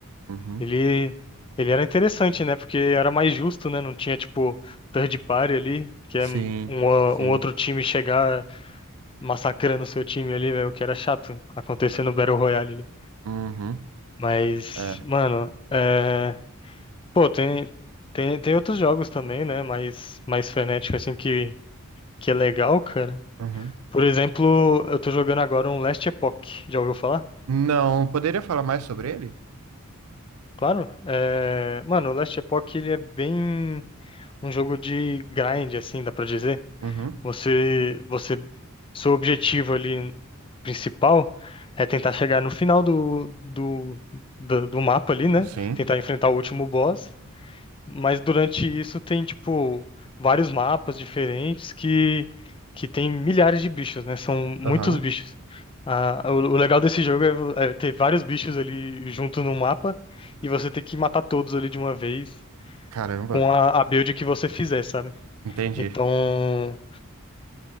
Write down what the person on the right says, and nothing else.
Uhum.
Sim,
sim.
Uhum.
É.
Uhum.
Não, poderia falar mais sobre ele?
Uhum.
Sim.
Aham.
Caramba.
Entendi.